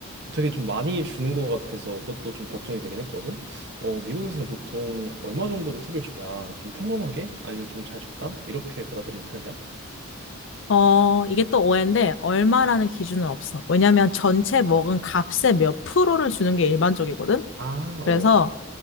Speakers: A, on the right; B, on the left.
A: 되게 좀 많이 주는 것 같아서 그것도 좀 걱정이 되긴 했거든. 어, 미국에서는 보통 얼마 정도로 팁을 줘야 좀 평범하게 아니면 좀 잘 줬다? 이렇게 받아들이는 편이야?
B: 어, 이게 또 오해인데, 얼마라는 기준은 없어. 왜냐면 전체 먹은 값의 몇 프로를 주는 게 일반적이거든?
A: 아,
B: 그래서
A: 어.